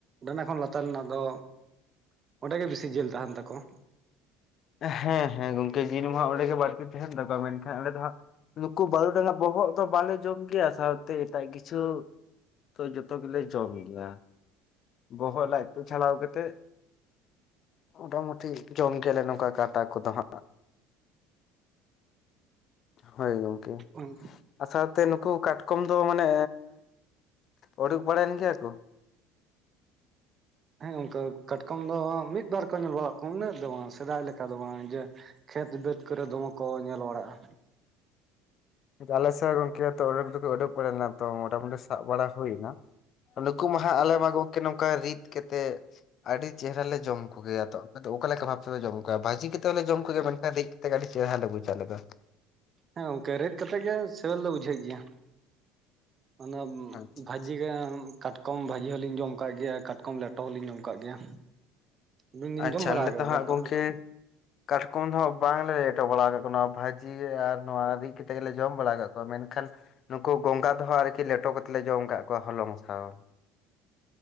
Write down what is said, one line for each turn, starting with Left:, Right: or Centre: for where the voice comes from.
Right: ᱰᱟᱸᱰᱟ ᱠᱷᱚᱱ ᱞᱟᱛᱟᱨ ᱨᱮᱱᱟᱜ ᱫᱚ᱾ ᱚᱸᱰᱮ ᱜᱮ ᱵᱮᱥᱤ ᱡᱤᱹᱞ ᱛᱟᱦᱮᱱ ᱛᱟᱠᱚᱼᱟ᱾
Left: ᱦᱮᱸ ᱦᱮᱸ ᱜᱚᱢᱠᱮ ᱡᱤᱞ ᱢᱟ ᱦᱟᱜ ᱚᱸᱰᱮ ᱜᱮ ᱵᱟᱹᱲᱛᱤ ᱛᱟᱦᱮᱱ ᱛᱟᱠᱚᱣᱟ, ᱢᱮᱱᱠᱷᱟᱱ ᱚᱸᱰᱮ ᱫᱚ ᱦᱟᱸᱜ ᱱᱩᱠᱩ ᱵᱟᱨᱩᱰᱟᱝ ᱵᱚᱦᱚᱜ ᱛᱚ ᱵᱟᱞᱮ ᱡᱚᱢ ᱜᱮᱭᱟ᱾ ᱥᱟᱶᱛᱮ ᱮᱴᱟᱜ ᱠᱤᱪᱷᱩ ᱛᱚ, ᱡᱚᱛᱚ ᱜᱮᱞᱮ ᱡᱚᱢ ᱜᱮᱭᱟ᱾ ᱵᱚᱦᱚᱜ ᱞᱟᱡ ᱛᱮᱫ ᱪᱷᱟᱲᱟᱣ ᱠᱟᱛᱮᱫ ᱢᱳᱴᱟᱢᱩᱴᱤ ᱡᱚᱢ ᱜᱮᱭᱟᱞᱮ ᱱᱚᱝᱠᱟ ᱠᱟᱴᱟ ᱠᱚᱫᱚ ᱦᱟᱸᱜ᱾ ᱦᱳᱭ ᱜᱚᱢᱠᱮ!
Right: ᱩᱱᱠᱩ
Left: ᱟᱨ ᱥᱟᱶᱛᱮ ᱱᱩᱠᱩ ᱠᱟᱴᱠᱚᱢ ᱫᱚ ᱢᱟᱱᱮ ᱩᱰᱩᱠ ᱵᱟᱲᱟᱭᱮᱱ ᱜᱮᱭᱟ ᱠᱚ?
Right: ᱦᱮᱸ ᱜᱚᱢᱠᱮ, ᱠᱟᱴᱠᱚᱢ ᱫᱚ ᱢᱤᱫ-ᱵᱟᱨ ᱠᱚ ᱧᱮᱞ ᱵᱟᱲᱟᱜ ᱠᱚ, ᱩᱱᱟᱹᱜ ᱫᱚ ᱵᱟᱝ᱾ ᱥᱮᱫᱟᱭ ᱞᱮᱠᱟ ᱫᱚ ᱵᱟᱝ ᱡᱮ ᱠᱷᱮᱛ ᱵᱟᱹᱫᱽ ᱠᱚᱨᱮ ᱫᱚᱢᱮ ᱠᱚ ᱧᱮᱞ ᱵᱟᱲᱟᱜᱼᱟ᱾
Left: ᱟᱞᱮ ᱥᱮᱫ ᱦᱚ ᱜᱚᱢᱠᱮ ᱛᱚ, ᱚᱰᱩᱠ ᱫᱚᱠᱚ ᱩᱰᱩᱠ ᱵᱟᱲᱟ ᱞᱮᱱᱟ ᱛᱚ᱾ ᱢᱚᱴᱟᱢᱩᱴᱤ ᱥᱟᱵ ᱵᱟᱲᱟ ᱦᱩᱭ ᱮᱱᱟ᱾ ᱱᱩᱠᱩ ᱢᱟ ᱦᱟᱸᱜ ᱟᱞᱮ ᱢᱟ ᱜᱚᱢᱠᱮ ᱱᱚᱝᱠᱟ ᱨᱤᱫ ᱠᱟᱛᱮᱫ ᱟᱹᱰᱤ ᱪᱮᱦᱨᱟ ᱞᱮ ᱡᱚᱢ ᱠᱚᱜ ᱜᱮᱭᱟ ᱛᱚ᱾ ᱟᱯᱮ ᱫᱚ ᱚᱠᱟ ᱞᱮᱠᱟ ᱵᱷᱟᱵ ᱛᱮᱯᱮ ᱡᱚᱢ ᱠᱚᱭᱟ? ᱵᱷᱟᱹᱡᱤ ᱠᱟᱛᱮᱫ ᱦᱚᱸᱞᱮ ᱡᱚᱢ ᱠᱚᱜᱮ᱾ ᱢᱮᱱᱠᱷᱟᱱ ᱨᱤ ᱛᱮ ᱜᱟᱹᱰᱤ ᱪᱮᱦᱨᱟ ᱞᱮ ᱵᱩᱡᱟᱹᱣᱟ, ᱟᱞᱮ ᱫᱚ᱾
Right: ᱦᱮᱸ ᱜᱚᱢᱠᱮ ᱨᱤᱫ ᱠᱟᱛᱮᱜ ᱜᱮ ᱥᱮᱵᱮᱞ ᱫᱚ ᱵᱩᱡᱷᱟᱹᱜ ᱜᱮᱭᱟ᱾ ᱢᱟᱱᱮ
Left: ᱟᱪᱪᱷᱟ
Right: ᱵᱷᱟᱹᱡᱤ
Left: ᱟᱪᱪᱷᱟ᱾
Right: ᱜᱮ ᱠᱟᱴᱠᱚᱢ ᱠᱟᱴᱠᱚᱢ ᱵᱷᱟᱹᱡᱤ ᱦᱚ ᱞᱤᱧ ᱡᱚᱢ ᱠᱟᱜ ᱜᱮᱭᱟ᱾ ᱠᱟᱴᱠᱚᱢ ᱞᱮᱴᱚ ᱦᱚᱞᱤᱧ ᱡᱚᱢ ᱠᱟᱜ ᱜᱮᱭᱟ᱾ ᱟᱵᱤᱱ ᱵᱤᱱ
Left: ᱟᱪᱪᱷᱟ
Right: ᱡᱚᱢ ᱵᱟᱲᱟ
Left: ᱟᱞᱮ
Right: ᱠᱟᱜᱮᱭᱟ,
Left: ᱫᱚ ᱦᱟᱸᱜ
Right: ᱠᱟᱴᱠᱚᱢ
Left: ᱜᱚᱝᱠᱮ
Right: ᱞᱮᱴᱚ?
Left: ᱠᱟᱴᱠᱚᱢ ᱫᱚ ᱦᱟᱸᱜ ᱵᱟᱝ ᱞᱮ <unintelligible> ᱵᱟᱲᱟ ᱠᱟᱜ ᱠᱚ ᱱᱚᱣᱟ ᱵᱷᱟᱹᱡᱤ ᱟᱨ ᱱᱚᱣᱟ ᱨᱤᱫᱽ ᱠᱟᱛᱮ ᱜᱮᱞᱮ ᱡᱚᱢ ᱵᱟᱲᱟ ᱠᱟᱜ ᱠᱚᱣᱟ᱾ ᱢᱮᱱᱠᱷᱟᱱ ᱱᱩᱠᱩ ᱜᱚᱝᱜᱟ ᱫᱚ ᱦᱟᱸᱜ ᱟᱹᱨᱠᱤ ᱞᱮᱴᱚ ᱠᱟᱛᱮ ᱞᱮ ᱡᱚᱢ ᱠᱟᱫ ᱠᱚᱣᱟ ᱦᱚᱞᱚᱝ ᱥᱟᱶ᱾